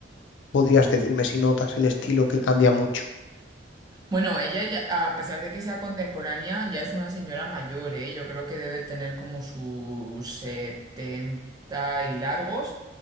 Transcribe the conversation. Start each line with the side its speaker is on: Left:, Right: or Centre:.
Left: podrías decirme si notas el estilo que cambia mucho?
Right: Bueno, ella, ya- a pesar de que sea contemporánea, ya es una señora mayor, ¿eh? Yo creo que debe tener como sus 70 y largos.